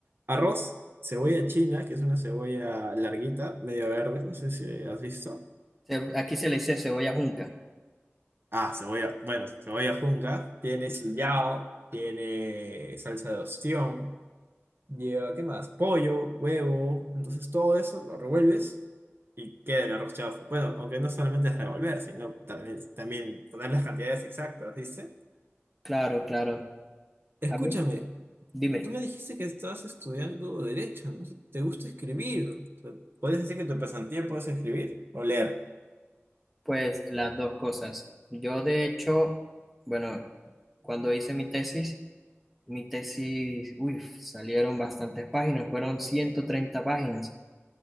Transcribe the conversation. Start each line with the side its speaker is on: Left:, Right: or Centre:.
Right: arroz, cebolla china, que es una cebolla larguita, media verde, no sé si has visto.
Centre: Se- aquí se le dice cebolla junca.
Right: Ah, cebolla, bueno, cebolla junca, tiene sillao, tiene salsa de ostión, lleva, ¿qué más? Pollo, huevo, entonces todo eso lo revuelves y queda el arroz chaufa. Bueno, aunque no solamente es revolver, sino también, también poner las cantidades exactas, ¿viste?
Centre: Claro, claro.
Right: Escúchame,
Centre: A mí, dime.
Right: tú me dijiste que estabas estudiando derecho, ¿no? ¿Te gusta escribir? O sea, ¿Puedes decir que tu pasatiempo es escribir o leer?
Centre: Pues las dos cosas. Yo de hecho, bueno, cuando hice mi tesis, mi tesis, uy, salieron bastantes páginas, fueron 130 páginas.